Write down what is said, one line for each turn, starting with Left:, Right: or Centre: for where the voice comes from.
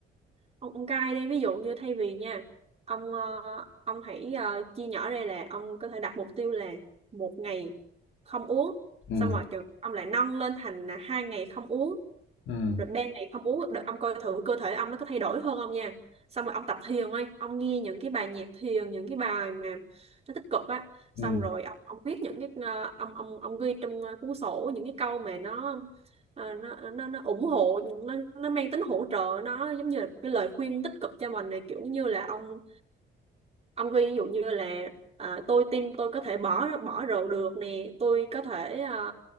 Right: ông ông cai đi ví dụ như thay vì nha ông ờ, ông hãy ờ, chia nhỏ ra là ông có thể đặt mục tiêu là một ngày không uống
Left: ừm,
Right: xong rồi chừng- ông lại nâng lên thành là hai ngày không uống
Left: ừm,
Right: rồi ban này không uống được ông coi thử cơ thể ông nó có thay đổi hơn không nha xong rồi ông tập thiền ấy ông nghe những cái bài nhạc thiền những cái bài mà nó tích cực á xong
Left: ừm,
Right: rồi ông, ông viết những cái ờ, ông ông ông ghi trong ờ, cuốn sổ những cái câu mà nó ờ, nó nó nó ủng hộ nó nó mang tính hỗ trợ nó giống như là cái lời khuyên tích cực cho mình này kiểu như là ông ông khuyên ví dụ như là à, tôi tin tôi có thể bỏ bỏ rượu được nè tôi có thể à,